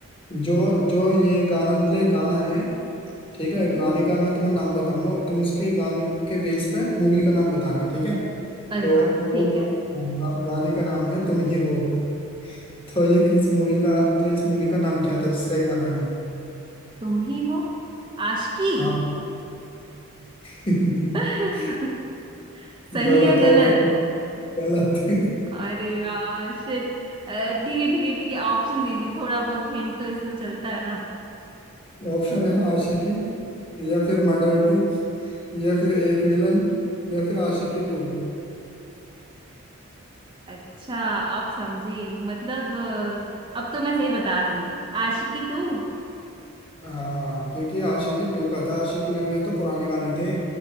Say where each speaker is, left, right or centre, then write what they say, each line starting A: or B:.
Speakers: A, on the left (about 25°); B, on the right (about 25°).
A: जो जो ये गाना मतलब ये गाना है ठीक है
B: हम्म
A: गाने का मैं तुम्हें नाम बताऊंगा तुम उसके गाने के बेस पे मूवी का नाम बताना ठीक है
B: अरे
A: तो
B: वाह
A: वो
B: ठीक है
A: गा, हाँ, गा, गाने का नाम है तुम ही हो <laughs> तो ये किस मूवी का मतलब इस मूवी का नाम क्या था जिसका ये गाना है
B: तुम ही हो आशिकी
A: हाँ <laughs>
B: <laughs> सही
A: गलत
B: है गलत
A: है गलत
B: अरे यार शिट ठीक है ठीक है ठीक है ऑप्शन दीजिए थोड़ा बहुत हिंट तो इसमें चलता है ना
A: ऑप्शन है आशिकी या फिर मर्डर टू या फिर एक विलन या फिर आशिकी टू
B: अच्छा अब समझी मतलब अ, अब तो मैं सही बता दूंगी आशिकी टू
A: हाँ क्योंकि आशिकी टू का था आशिकी वन में तो पुराने गाने थे